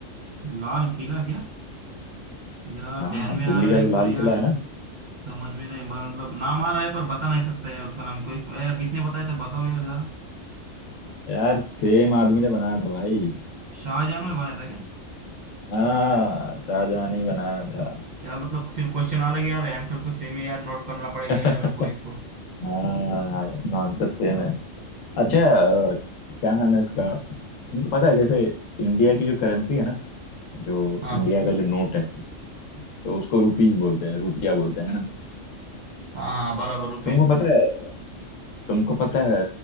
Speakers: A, on the right; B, on the left.
A: लाल किला क्या यार
B: हाँ
A: ध्यान में
B: दिल्ली
A: आ रहा
B: का
A: है
B: जो लाल
A: पर यार
B: किला है ना
A: समझ में नहीं मतलब नाम आ रहा है पर बता नहीं सकता यार उसका नाम कोई यार किसने बताया था बताओ यार जरा
B: यार सेम आदमी ने बनाया था भाई
A: शाहजहां ने बनाया था क्या
B: हाँ शाहजहां ने ही बनाया था
A: यार मतलब सिर्फ क्वेश्चन अलग है यार आंसर तो सेम है यार नोट करना पड़ेगा
B: <laughs>
A: यार मेरे को इसको
B: हाँ आंसर सेम है अच्छा अ, क्या नाम है इसका तुमको पता है कैसे इंडिया की जो करेंसी है ना जो
A: हाँ
B: इंडिया का जो नोट है तो उसको रुपीज बोलते हैं रुपया बोलते हैं है ना
A: हाँ हाँ बराबर रुपीज
B: तुमको पता है तुमको पता है